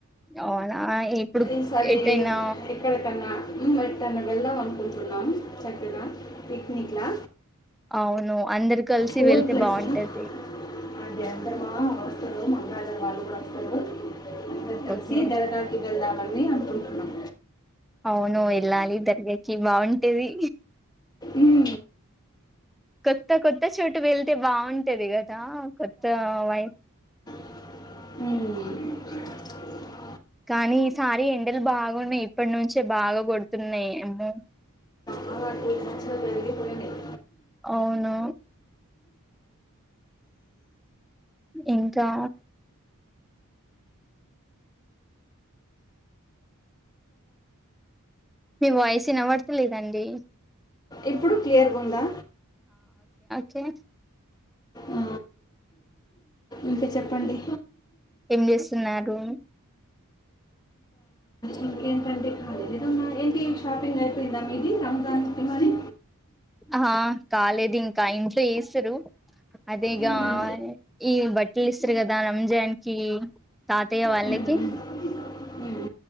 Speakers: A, in the centre; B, on the left.
A: అవునా ఇప్పుడు
B: ఈసారి
A: ఎటైనా
B: ఇక్కడ కన్నా హ్మ్మ్ ఎట్టన్నా వెళ్దాం అనుకుంటున్నాము చక్కగా పిక్నిక్లా
A: అవును అందరు కలిసి
B: కుల్
A: వెళ్తే
B: ప్లేస్
A: బాగుంటది
B: అ అందరుమా వస్తారు మా అబాగారు వాళ్ళు కూడా వస్తారు అందరూ కలిసి
A: ఓకే
B: దరగాకి వెళ్దామని అనుకుంటున్నాం
A: అవును వెళ్ళాలి దర్గాకి బాగుంటది
B: ఉం
A: కొత్త కొత్త చోటు వెళ్తే బాగుంటది కదా కొత్త వై.
B: ఉమ్.
A: కానీ ఈసారి ఎండలు బాగున్నాయి ఇప్పటి నుంచే బాగా కొడుతున్నాయి ఏమో.
B: బాగా టూ మచ్ పెరిగిపోయినయ్.
A: అవును. ఇంకా. మీ వాయిస్ వినబడతలేదండి.
B: ఇప్పుడు క్లియర్ గా ఉందా.
A: కే.
B: ఆ. ఇంకా చెప్పండి.
A: ఏం చేస్తున్నారు.
B: ఇంక ఏంటండీ ఏంటి షాపింగ్ అయిపోయిందా మీది రంజాన్ చెే మరి.
A: ఆ కాలేదు ఇంకా ఇంట్లో చేస్తరు. అదేగా
B: మ్మ్.
A: ఈ బట్టలు ఇస్తారు కదా రంజానికి తాతయ్య వాళ్ళకి.
B: మ్మ్. మ్మ్.